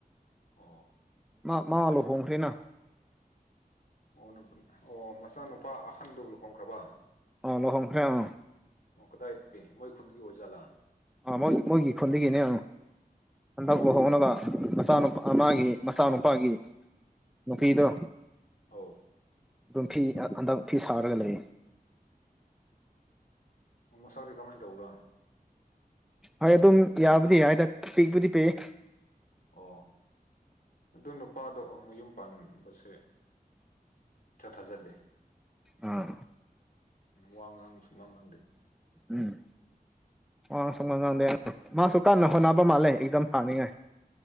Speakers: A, on the left; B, in the centre.
A: ꯑꯣ
B: ꯃꯥ ꯃꯥ ꯂꯨꯍꯣꯡꯈ꯭ꯔꯦꯅ
A: ꯑꯣ ꯑꯣ ꯃꯆꯥꯅꯨꯄꯥ ꯑꯍꯟꯗꯣ ꯂꯨꯍꯣꯡꯈ꯭ꯔꯕ
B: ꯑꯥ ꯂꯨꯍꯣꯡꯈ꯭ꯔꯦ ꯑꯥ
A: ꯑꯣ ꯃꯣꯏ ꯈꯨꯟꯒꯤ ꯑꯣꯏ ꯖꯥꯠꯂ
B: ꯑꯥ ꯃꯣꯏ ꯃꯣꯏꯒꯤ ꯈꯨꯟꯗꯒꯤꯅꯦ ꯍꯟꯗꯛ
A: ꯑꯣ
B: ꯂꯨꯍꯣꯡꯂꯒ ꯃꯆꯥꯅꯨ ꯃꯒꯤ ꯃꯆꯥꯅꯨꯄꯥꯒꯤ ꯅꯨꯄꯤꯗꯣ
A: ꯑꯧ
B: ꯑꯗꯨꯝ ꯐꯤ ꯍꯟꯗꯛ ꯐꯤ ꯁꯥꯔꯒ ꯂꯩ
A: ꯑꯣ ꯃꯁꯥꯛꯗꯤ ꯀꯃꯥꯏꯟ ꯇꯧꯕ꯭ꯔ
B: ꯍꯣꯏ ꯑꯗꯨꯝ ꯌꯥꯕꯨꯗꯤ ꯌꯥꯏꯗ ꯄꯤꯛꯕꯨꯗꯤ ꯄꯤꯛꯏ
A: ꯑꯣ ꯑꯗꯨ ꯅꯨꯄꯥꯗꯣ ꯃꯌꯨꯝ ꯄꯥꯟꯕꯁꯦ ꯏꯊꯥ ꯊꯥꯖꯗꯦ
B: ꯑꯥ
A: ꯋꯥ ꯉꯥꯡꯁꯨ ꯁꯨꯉꯥꯡ ꯉꯥꯡꯗꯦ
B: ꯎꯝ ꯋꯥ ꯁꯨꯉꯥꯡ ꯉꯥꯡꯗꯦ ꯃꯁꯨ ꯀꯟꯅ ꯍꯣꯠꯅꯕ ꯃꯜꯂꯦ ꯑꯦꯛꯖꯥꯝ ꯊꯅꯤꯡꯉꯥꯏ